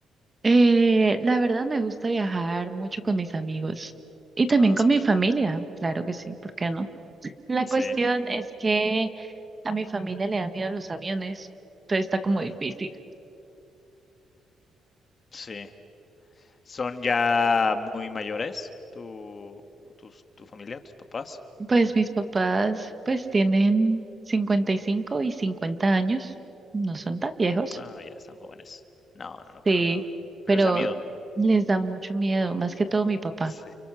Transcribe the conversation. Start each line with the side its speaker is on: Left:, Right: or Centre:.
Right: Eh, la verdad me gusta viajar mucho con mis amigos y también
Left: Ah,
Right: con
Left: sí,
Right: mi familia, claro que sí, ¿por qué no? La
Left: sí,
Right: cuestión es que a mi familia le da miedo los aviones, entonces está como
Left: mm,
Right: difícil.
Left: sí. ¿Son ya muy mayores tu, tus- tu familia, tus papás?
Right: Pues mis papás pues tienen 55 y 50 años, no son tan viejos,
Left: Ah, ya están jóvenes. No, no, no, para
Right: sí,
Left: nada.
Right: pero
Left: Pero les da miedo.
Right: les da mucho miedo, más que todo mi papá.
Left: Sí.